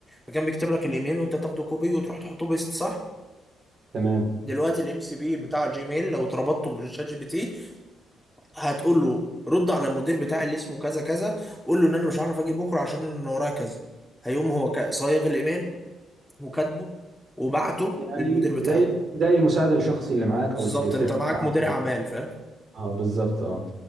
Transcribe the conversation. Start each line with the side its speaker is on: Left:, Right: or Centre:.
Centre: فكان بيكتب لك الايميل وانت تاخده كوبي وتروح تحطه بيست صح
Right: تمام
Centre: دلوقتي الام سي بي بتاع جيميل لو اتربطته بالشات جي بي تي هتقول له رد على المدير بتاعي اللي اسمه كذا كذا قول له ان انا مش هعرف اجي بكره عشان انا ورايا كذا هيقوم هو كا- صايغ الايميل وكاتبه وبعته
Right: يعني
Centre: للمدير بتاعك
Right: زي زي المساعد الشخصي اللي معاك
Centre: بالظبط
Right: او السكرتير
Centre: انت
Right: بتاعك
Centre: معاك مدير اعمال فاهم
Right: اه بالظبط اه